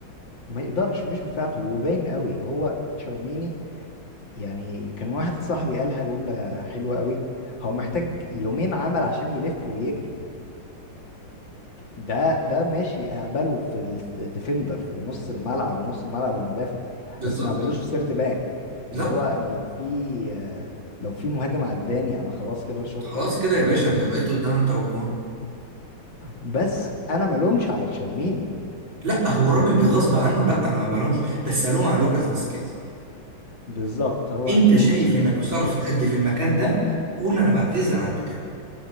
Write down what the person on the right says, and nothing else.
بالظبط
لا
خلاص كده
يا باشا
انت بقيت قدام انت والجون
لا
هو الراجل
بغصب عنه لا انا ما بلومش بس الوم على لوكاس فاسكيز
انت
شايف
انك
مش هتعرف تأدي في المكان ده قول انا بعتذر عن المكان